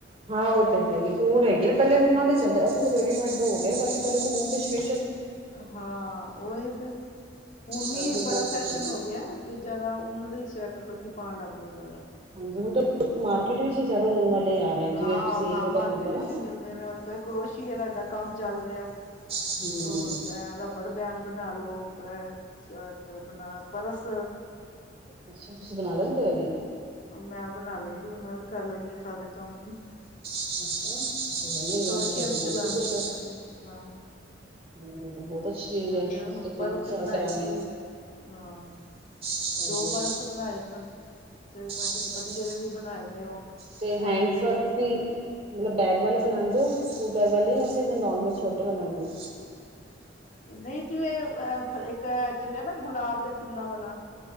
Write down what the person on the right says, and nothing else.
ਹਾਂ ਉਹ ਤੇ ਹੈਗੀ ਊਨ ਹੈਗੀ ਆ ਪਹਿਲੇ ਉਹਨਾਂ ਦੇ ਚੱਲਦੇ ਅੱਜ ਕੱਲ ਤਾਂ ਰੇਡੀਮੇਡ ਦਾ ਹੋ ਗਿਆ ਬਾਕੀ ਪਹਿਲਾਂ ਤਾਂ ਊਨ ਤੇ ਸ਼ਪੈ
ਪਹਿਲੇ ਤਾਂ
ਬਹੁਤ
ਚੱਲਦੇ
ਹਾਂਜੀ ਹੁਣ ਤਾਂ ਮਾਰਕੀਟ ਵਿੱਚ ਜ਼ਿਆਦਾ ਊਨ ਵਾਲੇ ਆ ਰਹੇ ਜਿਵੇਂ
ਸੇਲ ਵਗੈਰਾ
ਹੁੰਦਾ ਨਾ
ਹਮ
ਅੱਛਾ ਤੁਸੀਂਬਣਾ ਲੈਂਦੇ ਹੋ ਏ ਵੀ।
ਅੱਛਾ ਕੋਈ ਨੀ
ਵੈਸੇ ਇਹ ਤਾਂ
ਬਹੁਤ
ਵਧੀਆ
ਗੱਲ ਇਹ ਤਾਂ ਬਹੁਤ ਅੱਛੀ ਚੀਜ਼
ਹੈ
ਇਸ ਤੋਂ ਖੁਦ
ਟਰਾਈ
ਕਰਾਂਗੇ
ਹਾਂਜੀ
ਅੱਛਾ
ਜੀ,
ਤੇ
ਹੈਂਡਸ
ਤੁਸੀਂ ਮਤਲਬ ਬੈਗ ਵਾਲੇ ਬਣਾਂਦੇ ਹੋ ਸਕੂਲ ਬੈਗ ਵਾਲੇ ਜਾਂ ਫਿਰ ਨੋਰਮਲ ਛੋਟੇ ਬਣਾਂਦੇ ਹੋ।